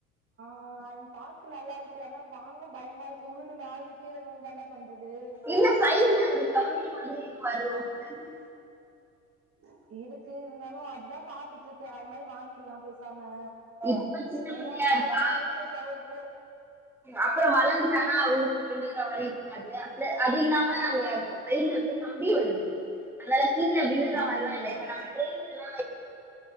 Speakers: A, on the right (about 30°); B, in the centre.
A: ஆஹ் உம் பாக்க நல்லா இருக்கு ஆனா வாங்க பயமா இருக்கு உருண்டு மேலருந்துக் கீழ விழுந்தா என்ன பண்றது
B: இல்ல சைட்ல அந்த தம்பி மாதிரி நீயு கலர் பொடிலா போடக்கூடாதுன்
A: நா இருக்கு இருந்தாலு அதுதா பாத்துட்ருக்கே அது மாரி வாங்கிற்லா பெஸ் னா
B: இப்ப சின்ன
A: ஏனா
B: பிள்ளையா இருக்கா
A: கொஞ்ச ஸ்பேஷியஸ்சாவு இருக்கு
B: அப்றோ வளந்துட்டானா ஊருண்டு விழுகுற மாரி இருக்காது <unintelligible> அது இல்லாம அங்க சைட்ல இருந்து கம்பி வருது அதனால கீழ விழுற
A: ம்
B: மாரில்லா இல்ல இப்ப நம்ம டிரென்ல்லா